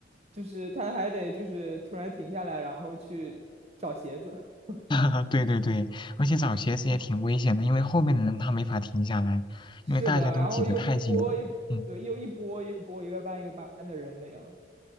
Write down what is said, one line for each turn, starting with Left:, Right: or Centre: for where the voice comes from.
Right: 就是他还得就是突然停下来，然后去找鞋子。<laughs>
Left: <laughs> 对对对，而且找鞋子也挺危险的，因为后面的人他没法停下来，
Right: 是的，
Left: 因为大家都挤得太紧了。
Right: 然后又一波一，
Left: 嗯，
Right: 对，又一波一波一个班一个班的人那样